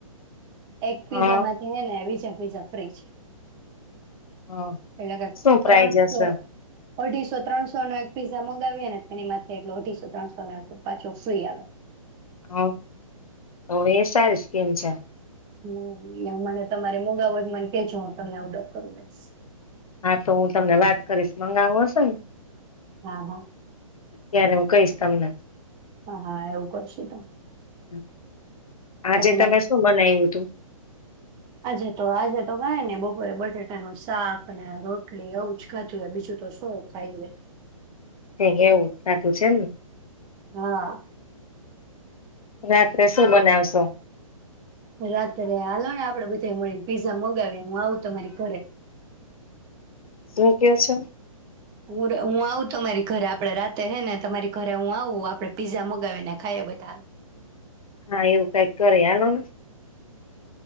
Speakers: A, on the right; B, on the left.
A: એક પીઝા
B: હા
A: માંથી હૈ ને વીઝા પીઝા ફ્રી છે.
B: હા
A: એટલા કેક
B: શું પ્રાઇઝ
A: ત્રણસો
B: હશે
A: અઢીસો ત્રણસોને એક પીઝા મંગાવીએ ને તેનીમાંથે અઢીસો ત્રણસો નો પાછો ફ્રી આવે
B: હ તો એ સારી સ્કીમ છે
A: હમ્મ, એ મને તમારે મોગાવો હોય મને કે જો તમને ઓર્ડર કરી દઈશ
B: હા, તો હું તમને વાત કરીશ મંગાવું હશે ને
A: હા, હા
B: અ ત્યારે હું કઈશ તમને
A: હા, હા, એવું કરશે તો
B: હમ્મ આજે
A: તમારે
B: તમે શું બનાવ્યું હતુ
A: આજે તો આજે તો કાય ને બપોરે બટેાટાનું શાક અને રોટલી એવું જ ખાધું હો બીજું તો શૌ ખાઈએ
B: કંઈ ની, એવું જ ખાધું છે એમને
A: હા
B: રાત્રે શું બનાવશો
A: રાત્રે હાલો ને આપડે બધા મળીને પીઝા મંગાવીએ હું આવું તમારી ઘરે
B: હું કે છો
A: હું, હું, આવું તમારી ઘરે આપડે રાતે હે ને તમારી ઘરે હું આવું આપડે પીઝા મગાવીને ખાઈએ બધા
B: હા, એવું કઈક કરી હાલોને